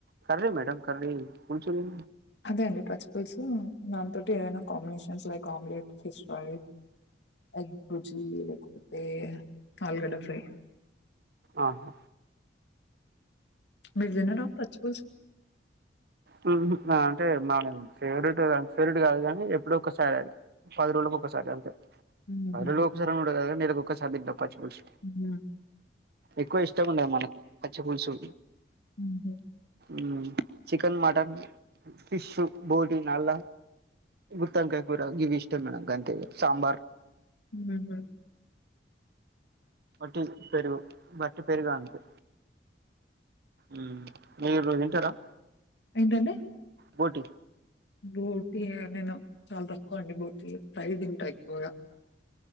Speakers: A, on the right; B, on the left.
A: కర్రి మేడమ్ కర్రి కొంచెము
B: అదే అండి పచ్చి పులుసు దానీతోటి ఏదైనా combinations like omelette, fish fry, egg bhurji లేకపోతే ఆలుగడ్డ ఫ్రై
A: ఆహా
B: మీరు తినరా పచ్చిపూల్స్
A: హ్ హ్ అంటే మనం ఫేవరెట్ ఫేవరెట్ కాదు గాని ఎప్పుడో ఒక్కసారి అది పది రోజులకి ఒక్కసారి అంతే
B: ఊహూ
A: పది లో ఒక సారి కాదు గాని నెకొక్క క్కసారి పచ్చిపులుసు
B: ఊహూ
A: ఎక్కువ ఇష్టం ఉండదు మనకు పచ్చిపుల్సు
B: ఉండే
A: ఉ చికెన్ మటన్ ఫిష్ బోటీ నల్ల గుత్తంకాయ కురా గివీష్ మేడం గంతే ఇగ సాంబార్
B: హ హా
A: ఒకటి పెరుగు వట్టి పెరుగు అంతే ఉ మీరు తింటారా
B: ఏంటండి
A: బోటి
B: బోటీ నేను చాలా తక్కువ అండి బోటీ ప్రై తింటా ఎక్కువగా